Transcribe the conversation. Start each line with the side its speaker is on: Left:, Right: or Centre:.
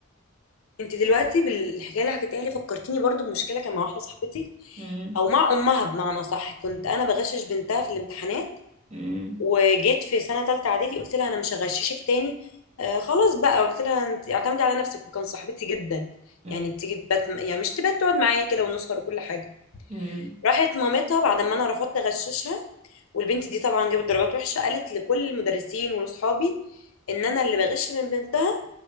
Left: انت دلوقتي بالحكايه اللي حكيتها لي فكرتيني برضو بمشكله كان مع واحده صاحبتي
Right: مم.
Left: او مع امها بمعنى صح كنت انا بغشش بنتها في الامتحانات
Right: مم.
Left: وجيت في سنه ثالثه اعدادي قلت لها انا مش هغششك تاني آه خلاص بقى قلت لها انت اعتمدي على نفسك وكان صاحبتي جدا
Right: مم.
Left: يعني بتيجي تبات يعني مش تبات تقعد معايا كده ونسهر وكل حاجه
Right: مم.
Left: راحت مامتها بعد ما انا رفضت اغششها والبنت دي طبعا جابت درجات وحشه قالت لكل المدرسين ولاصحابي ان انا اللي بغش من بنتها